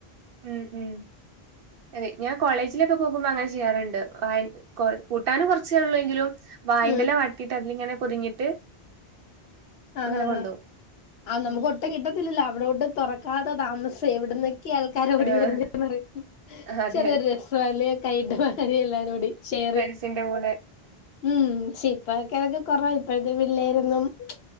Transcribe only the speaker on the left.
ഉം
ആഹാ
ആഹാ
ആ നമുക്ക്
ഒട്ടും കിട്ടത്തില്ലല്ലോ അവിടോട്ട് തുറക്കാത്ത താമസം എവിട ആൾക്കാരോടി
വരുന്ന പറ ക്ഷെ
അതൊരു രസല്ലേ കയ്യിട്ട് വാരി എല്ലാരൂ ടി ഷെയ്
ഉം ശിപ്പോ അതിൻ്റൊക്കെ കെറവാ ഇപ്പോഴത്തെ പിള്ളേരൊന്നും മിച്ച്